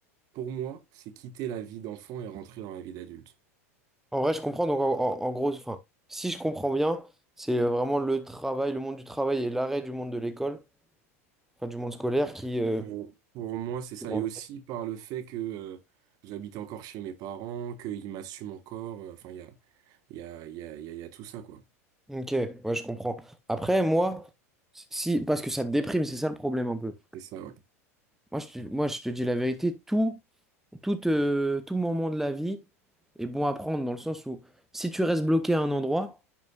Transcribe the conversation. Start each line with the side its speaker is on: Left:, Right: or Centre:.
Right: pour moi, c'est quitter la vie d'enfant et rentrer dans la vie d'adulte.
Centre: En vrai, je comprends donc en, en- en gros, enfin, si je comprends bien, c'est euh, vraiment le travail, le monde du travail et l'arrêt du monde de l'école, enfin du monde scolaire qui euh,
Right: Pour, pour moi, c'est ça.
Centre: Bon.
Right: Et aussi par le fait que euh, j'habite encore chez mes parents, qu'ils m'assument encore. Euh, Enfin, il y a, il y a, il y a, il y a il y a tout ça, quoi.
Centre: Ok, ouais, je comprends. Après, moi, si, parce que ça te déprime, c'est ça le problème un peu.
Right: C'est ça, ouais.
Centre: Moi, je te, moi, je te dis la vérité, tout. tout, euh, tout moment de la vie est bon à prendre dans le sens où si tu restes bloqué à un endroit,